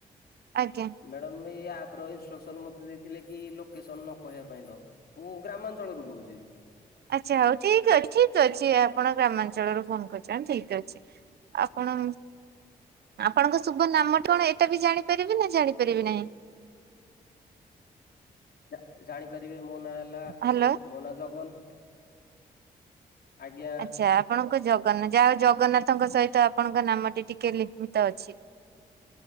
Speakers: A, on the right; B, on the left.
A: ଆଜ୍ଞା।
B: ମ୍ୟାଡ଼ାମ ଏଇ ଆପ୍ ର ଇନଷ୍ଟ୍ରକ୍ସନ ମତେ ଦେଇଥିଲେ କି ଲୋକେସନ ନ କହିବା ପାଇଁ ତ। ମୁଁ ଗ୍ରାମାଞ୍ଚଳରୁ କହୁଚି।
A: ଆଛା ହଉ ଠିକ୍ ଅ ଠିକ୍ ଅଛି ଆପଣ ଗ୍ରାମାଞ୍ଚଳରୁ ଫୋନ କରିଚନ ଠିକ୍ ଅଛି। ଆପଣ ଆପଣଙ୍କ ଶୁଭ ନାମ କଣ? ଏଇଟା ବି ଜାଣିପାରିବି ନା ଜାଣିପାରିବି ନାଇ?
B: ଯା ଜାଣିପାରିବେ ମୋ ନାଁ ହେଲା
A: ହ୍ୟାଲୋ।
B: ମୋ ନାଁ ଜଗନ। ଆଜ୍ଞା।
A: ଆଛା ଆପଣଙ୍କ ଜଗନ ଯାଆହଉ ଜଗନ୍ନାଥଙ୍କ ସହିତ ଆପଣଙ୍କ ନାମଟି ଟିକେ ଲିପିତ ଅଛି।